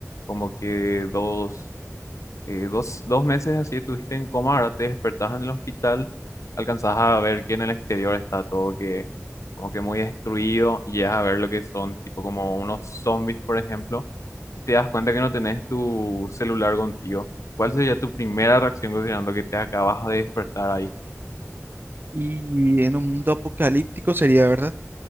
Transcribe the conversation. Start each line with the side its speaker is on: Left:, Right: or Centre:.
Left: como que dos, eh, dos, dos meses así estuviste en coma, ahora te despertás en el hospital, alcanzás a ver que en el exterior está todo que, como que muy destruido y llegas a ver lo que son tipo como unos zombies, por ejemplo, y te das cuenta que no tenés tu celular contigo. ¿Cuál sería tu primera reacción considerando que te acabas de despertar ahí?
Right: Y en un mundo apocalíptico sería, ¿verdad?